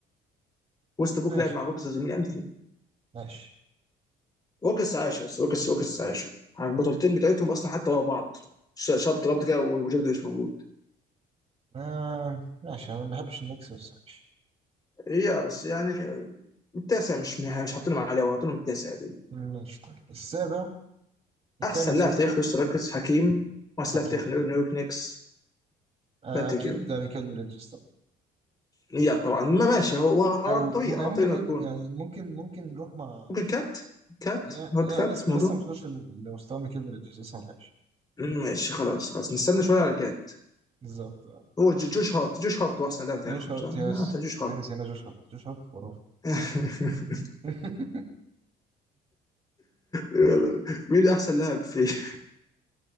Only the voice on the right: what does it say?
ماشي
ماشي
ما ماشي انا ما بحبش النكس بس ماشي
ماشي طيب السابع الثامن
سوري
حكيم
اكيد
آه،
اكيد
ده ميكال بريدجز طبعا
او
م-
يعني
ممكن
اقول
يعني ممكن ممكن نروح مع
يعني
لا
لسه
لسه ما وصلش لمستوى ميكال بريدجز لسه ما لحقش
بالظبط آه.
جوش هارت
يس
زي نسينا جوش هارت جوش هارت خرافي
<laughs>